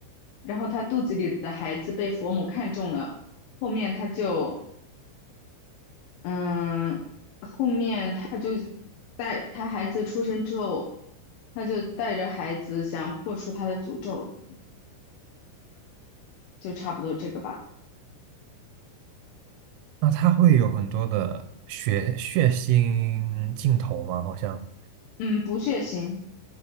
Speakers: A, on the left; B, on the right.
A: 然后她肚子里的孩子被佛母看中了，后面她就嗯。后面。带他孩子出生之后，他就带着孩子想破除他的诅咒，就差不多这个吧。
B: 那他会有很多的血血腥镜头吗？好像，
A: 嗯，不血腥，